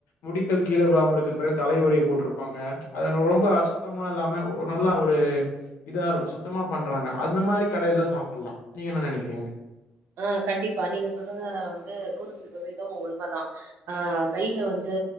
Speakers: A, on the left (about 85°); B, on the right (about 65°).
A: முடிக்கள் கீழே விழுவாம இருக்குறதுக்காக தலை உரைய போட்ருப்பாங்க அத ரொம்ப அசுத்தமா இல்லாம ஒரு நல்லா ஒரு இதா இருக் சுத்தமா பண்றாங்க அந்த மாரி கடையில சாப்புல்லா நீங்க என்னா நனக்கிறீங்க
B: ஆ கண்டிப்பா நீங்க சொல்றத வந்து நூறு சதவீதோ உண்மதா ஆ கையில வந்து